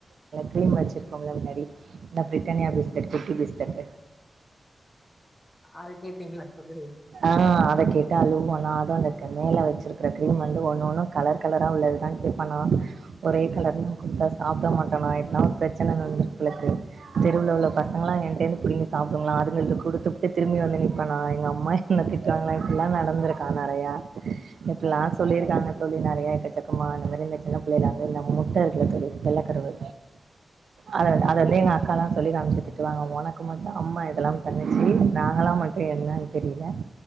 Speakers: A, on the right; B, on the left.
A: கிரீம் வச்சிருக்கோ முன்னாடி இந்த பிரிட்டானியா பிஸ்கட் குட்டி பிஸ்கட்
B: அது கேப்பீங்களா தோழி
A: ஆ அத கேட்டு அலுவலா அந்த மேல வச்சிருக்கிற கிரீம் வந்து ஒன்னுன்னும் கலர் கலரா உள்ளதா கேப்பா நா ஒரே கலர் கொடுத்தா சாப்பிட மாட்டனா எதனா பிரச்சனை நடந்திட்டுக் தெருவில் உள்ள பசங்களா எனிட்டே இருந்து பிடிங்கி சாப்பிடுங்களா அதுங்க கொடுத்துப்பட்டு திரும் வந்து நப்ப நா எங்க அம் அம் என்ன திட்டவாங்களா இப்பல்லா நடந்திருக்கா நிறய இப்பல்லா சொல்லிருக்காங்க தோழி நிறய ஏக்கசாக்காமா அந்த மாதிரி இந்த சின்ன பிள்ளைல வந்து முட்டை இருக்கில்ல தோழி வெள்ளக்கருவு அத அ
B: ம்
A: அதெளே எங்க அக்கா சொல்லி காமிச்சிட்சு திட்டுவாங்க உனக்கு மட்டு அம்மா இதெல்லா பண்ணிச்சு நாங்களா மட்டு என்ன தெரியல